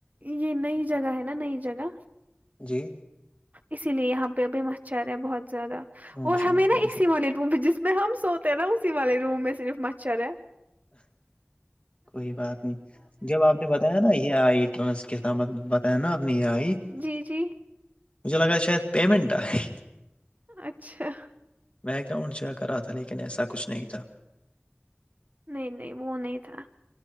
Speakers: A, on the right; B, on the left.
A: یہ نئی جگہ ہے نا نئی جگہ
B: جی
A: اسی لیے یہاں پہ ابھی مچھر ہے بہت زیادہ
B: ہاں
A: اور
B: جی
A: ہمیں
B: ہاں
A: نا
B: جی مجھے
A: اسی والے جس میں ہم سوتے ہیں نا اسی والے روم میں صرف مچھر ہے
B: کوئی بات نہیں جب آپ نے بتایا نا یہ آٹ تو کسامت بتیا نا اپنی یہ آئی
A: جی جی
B: مجھے لگان ہے شاید پیمنٹ آ ہے
A: اچھا
B: میںکاؤنٹ جا کر آا تھا لیکن ایسا کچھ نہیں تھا
A: نہیں نہیں وہ نہیں تھا